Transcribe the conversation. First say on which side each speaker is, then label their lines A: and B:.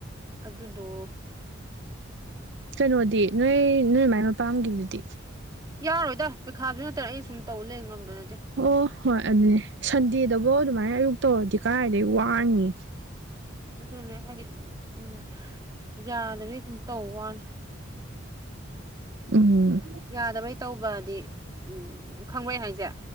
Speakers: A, on the right; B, on the right.
A: ꯑꯗꯨꯗꯣ
B: ꯀꯩꯅꯣꯗꯤ ꯅꯣꯏ ꯅꯣꯏ ꯃꯥꯏ ꯃꯄꯥꯝꯒꯤꯗꯨꯗꯤ
A: ꯌꯥꯔꯣꯏꯗ ꯄꯩꯈꯥꯖꯨ ꯅꯠꯇꯅ ꯑꯩ ꯁꯨꯝ ꯇꯧ ꯂꯩ ꯉꯝꯕ ꯅꯠꯇꯦ
B: ꯑꯣ ꯍꯣꯏ ꯑꯗꯨꯅꯦ ꯁꯟꯗꯦꯗꯕꯧ ꯑꯗꯨꯃꯥꯏꯅ ꯑꯌꯨꯛ ꯇꯧꯔꯗꯤ ꯀꯥꯏꯗꯒꯤ ꯋꯥꯔꯅꯤ
A: ꯑꯗꯨꯅꯦ ꯍꯥꯏꯗꯤ ꯎꯝ ꯌꯥꯗꯕꯤ ꯑꯗꯨꯝ ꯇꯧꯕꯋꯥꯅꯤ
B: ꯎꯝ
A: ꯌꯥꯗꯕꯩ ꯇꯧꯕꯗꯤ ꯎꯝ ꯈꯪꯕꯔꯑꯩ ꯍꯥꯏꯖꯦ